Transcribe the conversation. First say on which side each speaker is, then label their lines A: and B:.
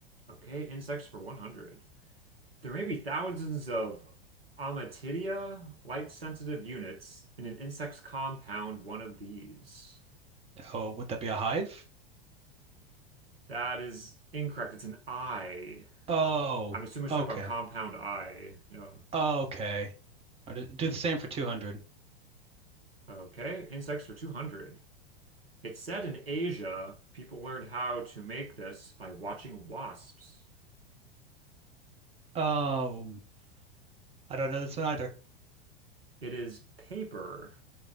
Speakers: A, on the right; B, on the right.
A: Okay, insects for 100. There may be thousands of Amatidia, light-sensitive units, in an insect's compound, one of these.
B: Oh, would that be a hive?
A: That is incorrect. It's an I.
B: Oh,
A: I'm assuming it's
B: okay.
A: talking about compound I. Yeah.
B: Okay. I d- do the same for 200.
A: Okay, insects for 200. It said in Asia, people learned how to make this by watching wasps.
B: Um, I don't know this one either.
A: It is paper.